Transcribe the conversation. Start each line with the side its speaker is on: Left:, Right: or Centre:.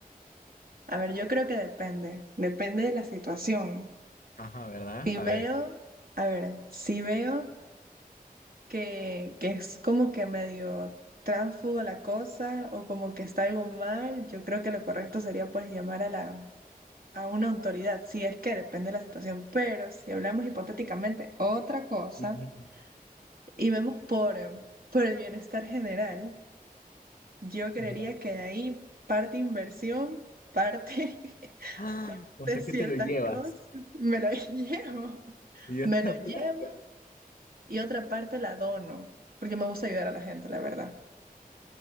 Right: A ver, yo creo que depende, depende de la situación.
Left: Ajá, ¿verdad?
Right: Si
Left: A
Right: veo,
Left: ver.
Right: a ver, si veo que, que es como que medio tránsfugo la cosa o como que está algo mal, yo creo que lo correcto sería pues llamar a la, a una autoridad, si es que depende de la situación. Pero si hablamos hipotéticamente otra cosa
Left: <laughs>
Right: y vemos por, eh, por el bienestar general. Yo creería
Left: Ya.
Right: que de ahí parte inversión, parte, <laughs>
Left: Ah,
Right: parte
Left: O sea que
Right: ciertas
Left: te lo llevas.
Right: cosas, me lo <laughs> llevo,
Left: Dios
Right: me
Left: la
Right: lo
Left: plata.
Right: llevo y otra parte la dono, porque me gusta ayudar a la gente, la verdad.